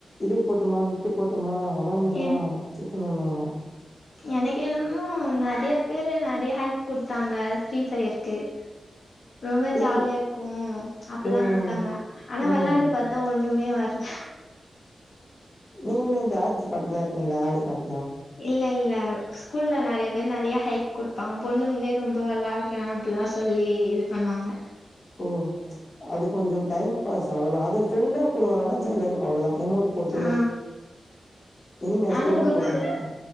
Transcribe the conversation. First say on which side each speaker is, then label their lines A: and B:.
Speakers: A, on the left (about 30°); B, on the left (about 60°).
A: இது போட்டமா நெட்டு போட்டமா உகந்துனுமா
B: என்
A: சிட்டுனோன்னமா
B: எனக்கு என்னமோ நெறைய பேரு நெறையா ஹைப் குடுத்தாங்க ஃப்ரீ ஃபயருக்கு ரொம்ப
A: புரில
B: ஜாலியா இருக்கு அப்பல்லா
A: ம்
B: குடுத்தாங்க ஆனா
A: ம்
B: விளாண்டு பாத் தா ஒன்னுமே வர்ல
A: நீங்களு இந்த ஆட்ஸ் பாத்துதா இருக்கீங்ளா ஆடு பாத்
B: இல்ல இல்ல ஸ்கூல்ல நறைய பேரு நறைய ஹைப் குடுப்பாங்க பொண்ணுங்களே ரொம்ப விளாடுற அப்டிலா சொல்லி இது பண்ணுவாங்க
A: ஓ அது கொஞ்சோ டைம் பாஸ் அவ்ளோதா அது ஃப்ரெண்டா கூட விளயான்டா ஜாலி இரு அவ்ளோதா எமௌட் போட்டு
B: ஆ
A: இனிமே
B: நானு
A: ஸ்டிமோட்
B: குரூப்பு
A: போட்ற பார்த்தா